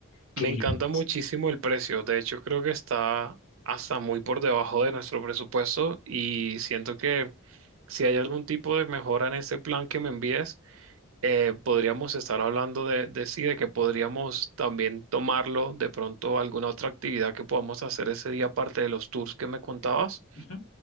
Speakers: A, on the left (about 70°); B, on the right (about 65°).
A: ¿Qué
B: Me
A: dices?
B: encanta muchísimo el precio. De hecho, creo que está hasta muy por debajo de nuestro presupuesto y siento que si hay algún tipo de mejora en este plan que me envíes, eh, podríamos estar hablando de, de sí, de que podríamos también tomarlo de pronto a alguna otra actividad que podamos hacer ese día aparte de los tours que me contabas.
A: Ujú,